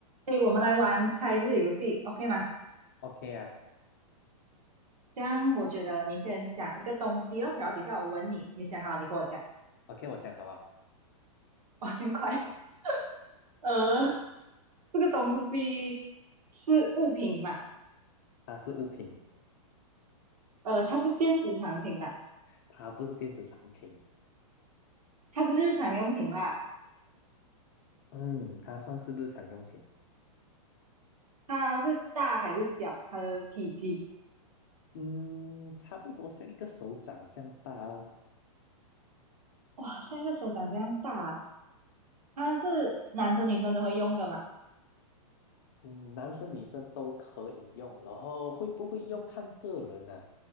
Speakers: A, on the right; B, on the left.
A: 诶，我们来玩猜字游戏，OK 吗？
B: OK 啊
A: 这样我觉得你先想一个东西哦，然后底下我问你，你想好你跟我讲。
B: ，OK，我想好了，
A: 哇，真快！<laughs> 呃，这个东西是物品嘛？
B: 它是物品，
A: 呃，它是电子产品嘛？
B: 它不是电子产品，
A: 它是日常用品啦？
B: 嗯，它算是日常用品，
A: 它是大还是小？它的体积？
B: 嗯，差不多像一个手掌这样大哦，
A: 哇，像一个手掌这样大啊它是男生女生都会用的嘛？
B: 嗯，男生女生都可以用，然后会不会用看个人呢、